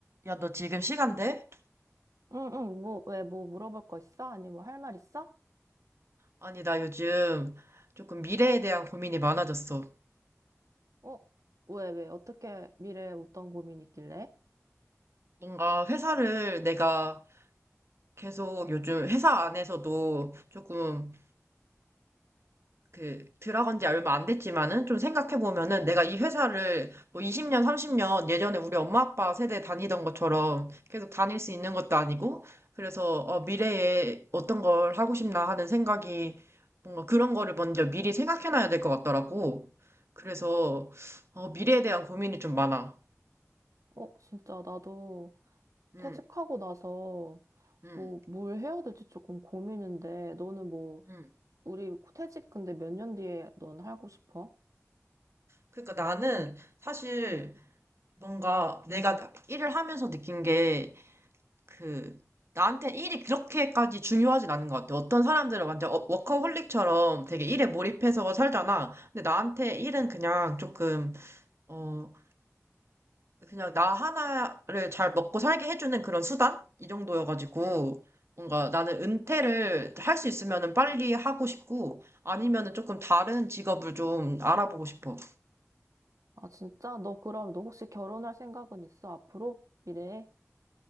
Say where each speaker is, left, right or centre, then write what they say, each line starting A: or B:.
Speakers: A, on the right (about 55°); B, on the right (about 75°).
A: 야, 너 지금 시간 돼?
B: 응응 뭐 왜 뭐 물어볼 거 있어? 아니 뭐 할 말 있어?
A: 아니, 나 요즘 조금 미래에 대한 고민이 많아졌어.
B: 어? 왜 왜 어떻게 미래에 어떤 고민이 있길래?
A: 뭔가 회사를 내가 계속 요즘 회사 안에서도 조금 그 들어간 지 얼마 안 됐지만은 좀 생각해 보면은 내가 이 회사를 뭐 20년, 30년 예전에 우리 엄마 아빠 세대 다니던 것처럼 계속 다닐 수 있는 것도 아니고 그래서 어, 미래에 어떤 걸 하고 싶나 하는 생각이 뭔가 그런 거를 먼저 미리 생각해 놔야 될 것 같더라고. 그래서 어, 미래에 대한 고민이 좀 많아.
B: 어 진짜 나도
A: 음,
B: 퇴직하고 나서
A: 음,
B: 뭐 뭘 해야 될지 조금 고민인데 너는 뭐
A: 음.
B: 우리 퇴직 근데 몇 년 뒤에 넌 하고 싶어?
A: 그러니까 나는 사실 뭔가 내가 일을 하면서 느낀 게 그, 나한테 일이 그렇게까지 중요하진 않은 것 같아. 어떤 사람들은 완전 어- 워커홀릭처럼 되게 일에 몰입해서 살잖아. 근데 나한테 일은 그냥 조금, 어, 그냥 나 하나를 잘 먹고 살게 해주는 그런 수단? 이 정도여가지고, 뭔가 나는 은퇴를 할 수 있으면은 빨리 하고 싶고, 아니면은 조금 다른 직업을 좀 알아보고 싶어.
B: 아 진짜? 너 그럼 너 혹시 결혼할 생각은 있어 앞으로? 미래에?